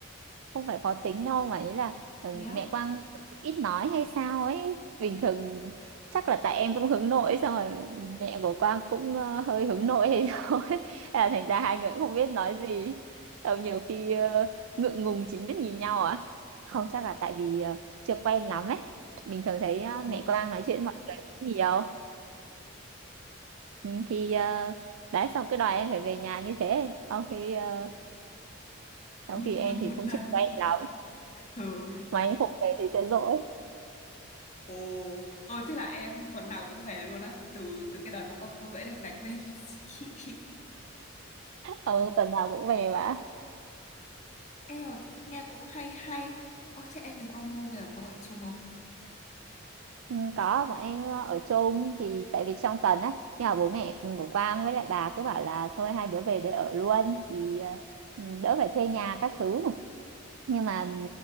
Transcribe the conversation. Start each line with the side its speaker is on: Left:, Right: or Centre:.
Right: không phải khó tính đâu mà ý là ừ,
Left: thế á
Right: mẹ Quang ít nói hay sao ấy bình thường chắc là tại em cũng hướng nội ấy, xong rồi mẹ của Quang cũng ờ, hơi hướng nội hay <laughs> sao ấy Thế là thành ra hai người cũng không biết nói gì xong nhiều khi ờ, ngượng ngùng chính biết nhìn nhau à không chắc là tại vì ờ, chưa quen lắm ấy mình thường thấy ờ,
Left: Ồ.
Right: mẹ Quang nói chuyện với mọi người cũng nhiều ừ, thì ờ, đấy xong cái đòi em phải về nhà như thế trong khi ờ, trong
Left: một
Right: khi em
Left: tuần một
Right: thì cũng
Left: lần
Right: chưa quen lắm
Left: ừ
Right: mà em không về thì sẽ dỗi
Left: ồ ồ thế là em tuần nào cũng về luôn á từ từ cái đợt mà con ngô dễ đành đạch lên <laughs>
Right: ừ tuần nào cũng về mà
Left: em mà cũng nghe cũng hay hay ôi thế em với con ngô bây giờ có ở chung không
Right: ừ, có bọn em ở chung thì tại vì trong tuần á nhà bố mẹ của Quang với lại bà cứ bảo là thôi hai đứa về để ở luôn thì ờ, ừ, đỡ phải thuê nhà các thứ nhưng mà ừ,